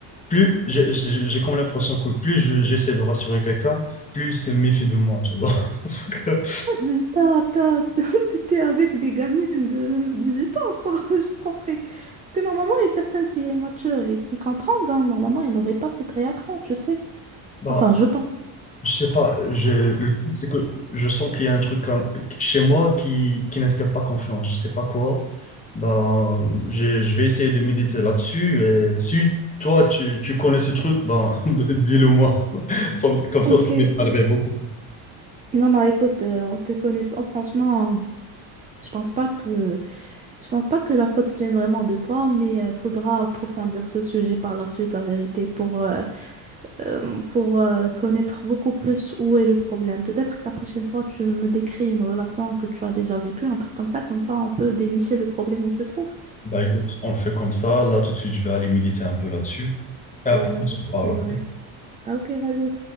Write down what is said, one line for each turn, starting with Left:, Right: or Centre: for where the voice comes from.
Left: Plus j'ai j'ai- j'ai comme l'impression que plus je- j'essaie de rassurer quelqu'un, plus il se méfie de moi, tu vois. <laughs> Donc, euh,
Right: Ah, Mais t'as- t'as- <laughs> T'étais avec des gamines de 18 ans, quoi. <laughs> Je comprends. Parce que normalement, une personne qui est mature et qui comprend, ben, normalement, elle n'aurait pas cette réaction, tu sais.
Left: bah,
Right: Enfin, je pense.
Left: Je sais pas, je, le truc, c'est que je sens qu'il y a un truc comme, chez moi qui, qui n'inspire pas confiance. Je sais pas quoi. Ben, je, je vais essayer de méditer là-dessus. Et si toi, tu, tu connais ce truc, ben, <laughs> de- dis-le moi. Sans- Comme ça,
Right: Ok.
Left: ça m'aiderait beaucoup.
Right: Non, non, écoute, euh, en te connaissant, franchement, je pense pas que Je pense pas que la faute vienne vraiment de toi, mais euh, faudra approfondir ce sujet par la suite, la vérité, pour, euh, euh, pour euh, connaître beaucoup plus où est le problème. Peut-être que la prochaine fois, tu me décris une relation que tu as déjà vécue, un truc comme ça, comme ça, on peut dénicher le problème où se trouve.
Left: Bah écoute, on fait comme ça. Là, tout de suite, je vais aller méditer un peu là-dessus. Et après,
Right: Ouais, vas-y,
Left: on se parle.
Right: c'est vrai. Ah, ok, vas-y.